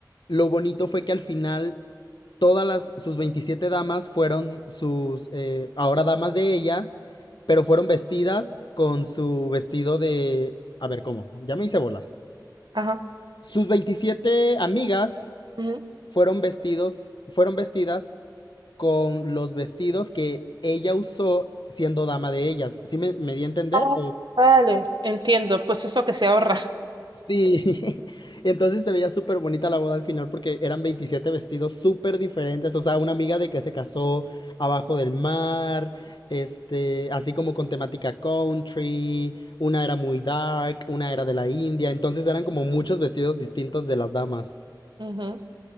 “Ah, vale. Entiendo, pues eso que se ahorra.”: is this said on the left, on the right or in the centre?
Right